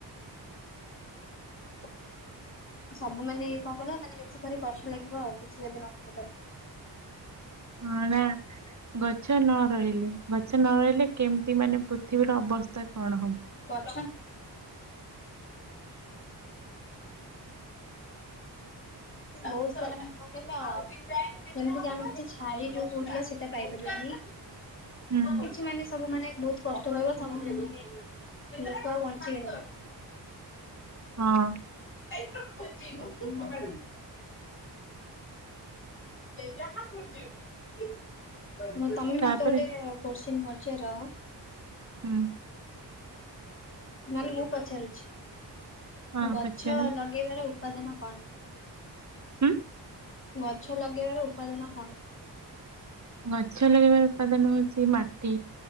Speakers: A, on the left (about 30°); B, on the right (about 40°).
A: ହ <inaudible> ସବୁ ମାନେ କଣ କହିଲେ ମାନେ ବେଶୀ କରି କଷ୍ଟ ଲାଗିବ ଆଉ କିଛି ଯଦି ନଥାଇପାରେ।
B: ହଁ ନା ଗଛ ନ ରହିଲେ ଗ ସେ ନ ରହିଲେ କେମିତି ମାନେ ପୃଥିବୀର ଅବସ୍ଥା କଣ ହବ।
A: <unintelligible> <unintelligible> ବହୁତ ସାରା ଆଉ ଯେମିତିକ ଆମେ କିଛି ଛାଇ ଯଉ କହୁଥିଲ ସେଇଟା ପାଇପାରିବାନି।
B: ହୁଁ
A: କିଛି ମାନେ ସବୁ ମାନେ ବହୁତ କଷ୍ଟ ରହିବ ସବୁ। ଲୋକଆଉ ବଞ୍ଚିବେନି।
B: ହଁ
A: <inaudible> ଖାଇ ହେଇଯ ଯାହାିବ <unintelligible> ମୁଁ ତମେ
B: ତାପରେ
A: ମତେ ଗୋଟେ କୋସିନ ପଚାର
B: ହୁଁ।
A: ନହେଲେ ମୁଁ ପଚାରୁଛି
B: ହଁ
A: ଗଛ
B: ପଚାର
A: ଲଗେଇବାର ଉପାଦାନ କଣ?
B: ହୁଁ।
A: ଗଛ ଲଗେଇବାର ଉପାଦାନ କଣ?
B: ଗଛ ଲଗେଇବାର ଉପାଦାନ ହଉଛି ମାଟି